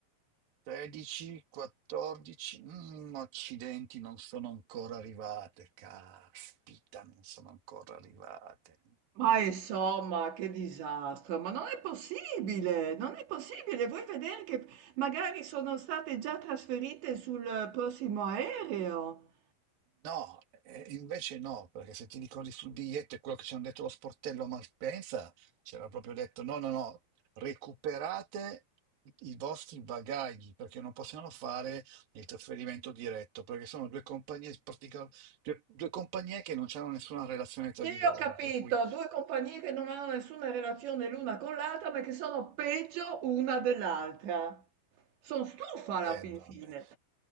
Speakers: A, on the right (about 55°); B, on the right (about 75°).
A: 13, 14. Mm, accidenti, non sono ancora arrivate. Caspita, non sono ancora arrivate.
B: Ma insomma, che disastro, ma non è possibile, non è possibile. Vuoi vedere che magari sono state già trasferite sul prossimo aereo?
A: No, eh, invece no, perché se ti ricordi sul biglietto e quello che ci hanno detto lo sportello a Malpensa, c'era proprio detto no, no, no, recuperate i vostri bagagli perché non possiamo fare il trasferimento diretto, perché sono due compagnie, particola- due, due compagnie che non hanno nessuna relazione tra
B: Sì,
A: di
B: ho
A: loro,
B: capito,
A: per cui,
B: 2 compagnie che non hanno nessuna relazione l'una con l'altra, ma che sono peggio una dell'altra. Sono stufa alla
A: eh,
B: fin
A: vabbè.
B: fine.